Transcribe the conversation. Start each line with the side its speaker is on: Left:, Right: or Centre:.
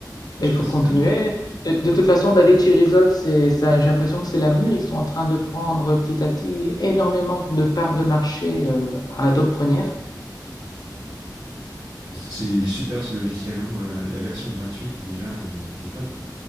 Right: Je
Left: Bah,
Right: sais
Left: il
Right: pas
Left: faut
Right: si
Left: continuer.
Right: ça.
Left: De, de toute façon, DaVinci Resolve, c'est ça, j'ai l'impression que c'est l'avenir. Ils sont en train de prendre petit à petit énormément de parts de marché euh, à Adobe Premiere.
Right: ouais. Parce que c'est super ce logiciel. hein. Euh, la version gratuite, déjà, elle est, elle est top. hein.